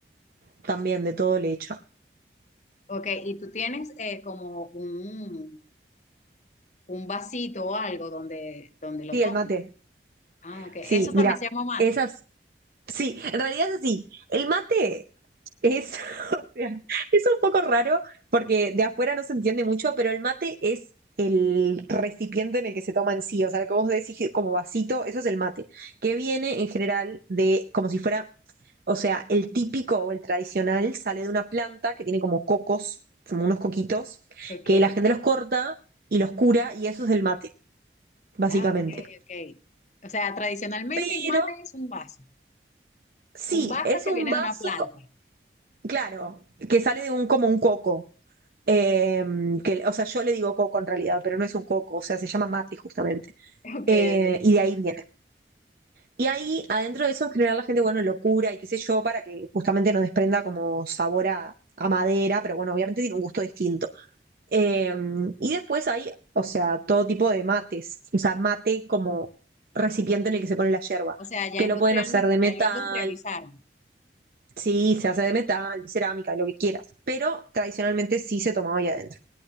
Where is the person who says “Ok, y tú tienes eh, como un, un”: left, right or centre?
Left